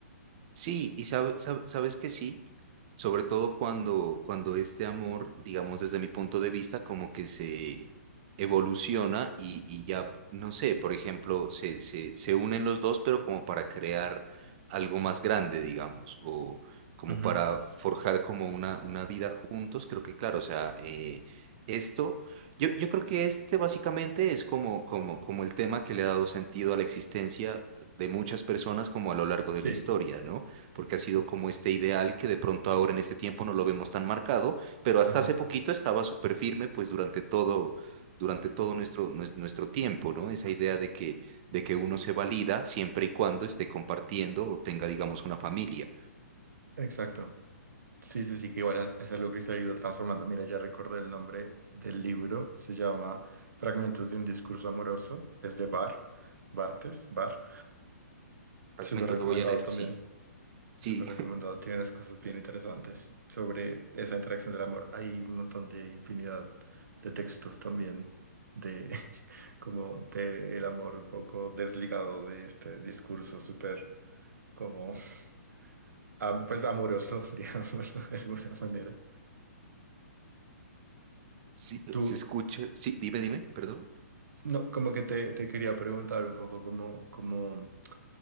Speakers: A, on the right (about 30°); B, on the right (about 85°).
A: Sí, y sabe- sab- sabes que sí, sobre todo cuando, cuando este amor, digamos desde mi punto de vista, como que se evoluciona y, y ya, no sé, por ejemplo, se, se, se unen los dos, pero como para crear algo más grande, digamos, o como
B: Ujú.
A: para forjar como una, una vida juntos, creo que claro, o sea, eh, esto, yo, yo creo que este básicamente es como, como, como el tema que le ha dado sentido a la existencia de muchas personas como a lo largo de
B: Sí,
A: la historia, ¿no? porque ha sido como este ideal que de pronto ahora en este tiempo no lo vemos tan marcado, pero hasta
B: ajá,
A: hace poquito estaba súper firme pues durante todo, durante todo nuestro, nues- nuestro tiempo, ¿no? Esa idea de que, de que uno se valida siempre y cuando esté compartiendo o tenga, digamos, una familia.
B: exacto. Sí, sí, sí, que igual es, es algo que se ha ido transformando. Mira, ya recordé el nombre del libro, se llama Fragmentos de un discurso amoroso, es de Bar, Bartes, Bar,
A: Fragmentos
B: súper recomendado
A: lo voy a leer,
B: también.
A: sí, sí,
B: Súper recomendado, tiene unas cosas bien interesantes sobre esa interacción del amor. Hay un montón de infinidad de textos también de <laughs> como de el amor un poco desligado de este discurso súper como <laughs> am- pues amoroso, <laughs> digámoslo de alguna manera.
A: <laughs> sí,
B: Tú,
A: se escucha, sí, dime, dime, perdón.
B: no, como que te, te quería preguntar un poco como, como